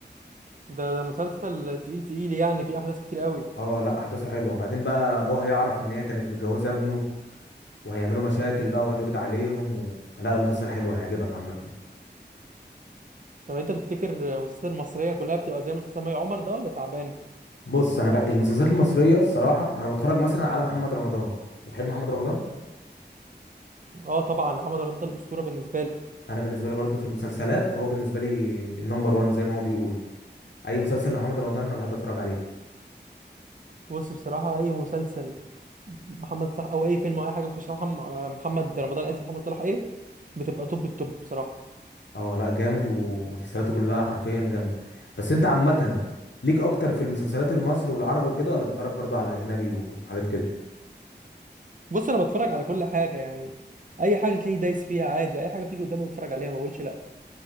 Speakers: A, on the right (about 45°); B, on the left (about 75°).
A: ده ده مسلسل تقيل تقيل يعني فيه احداث كتير قوي
B: اه لا احداثه حلوه وبعدين بقى ابوها يعرف ان هي كانت متجوزه ابنه وهيعملوا مشاكل بقى وهيتقبض عليهم و... لا المسلسل حلو هيعجبك عامه
A: طب انت تفتكر مسلسل المصريه كلها بتبقى زي مسلسل مي عمر ده ولا تعبان
B: بص انا بقى المسلسلات المصريه الصراحه انا بتفرج مثلا على محمد رمضان بتحب محمد رمضان
A: اه طبعا محمد رمضان ده الاسطوره بالنسبه لي
B: انا بالنسبه لي برضو في المسلسلات هو بالنسبه لي النمبر وان زي ما هو بيقول اي مسلسل لمحمد رمضان انا بحب اتفرج عليه
A: بص بصراحه اي مسلسل محمد صلاح او اي فيلم او اي حاجه بيخشها محمد محمد رمضان اسف محمد صلاح ايه بتبقى توب التوب بصراحه
B: اه لا جامد ومسلسلاته كلها حرفيا جامده بس انت عامه ليك اكتر في المسلسلات المصري والعربي وكده ولا بتتفرج برضو على اجنبي وحاجات كده
A: بص انا بتفرج على كل حاجه يعني اي حاجه تلاقيني دايس فيها عادي اي حاجه بتيجي قدامي بتفرج عليها ما بقولش لا